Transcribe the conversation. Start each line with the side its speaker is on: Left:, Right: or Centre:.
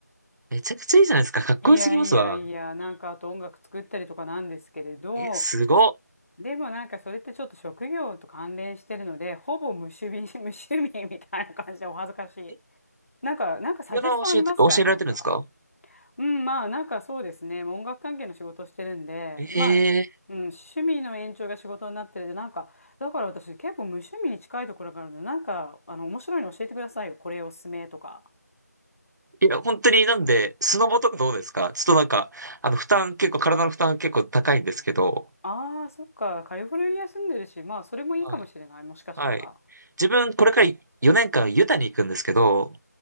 Right: めちゃくちゃいいじゃないですか。かっこよすぎますわ。
Left: いやいやいや、なんかあと音楽作ったりとかなんですけれど、
Right: え、すごっ。
Left: でもなんかそれってちょっと職業と関連してるので、ほぼ無趣味、<laughs> 無趣味みたいな感じでお恥ずかしい。
Right: え、
Left: なんか、なんかサジェストありますかなんか。
Right: ピアノを教えて、教えられてるんですか
Left: うん、まあなんかそうですね。もう音楽関係の仕事をしてるんで、まあ、
Right: ええ
Left: うん、趣味の延長が仕事になってるで、なんか、だから私結構無趣味に近いところがあるので、なんか、あの、面白いの教えてくださいよ。これおすすめとか。
Right: いや、本当になんで、スノボとかどうですかちょっとなんか、あの、負担結構、体の負担結構高いんですけど、
Left: ああ、そっか。カリフォルニア住んでるし、まあそれもいいかもしれない。
Right: はい、
Left: もしかしたら。
Right: はい。自分、これから4年間ユタに行くんですけど、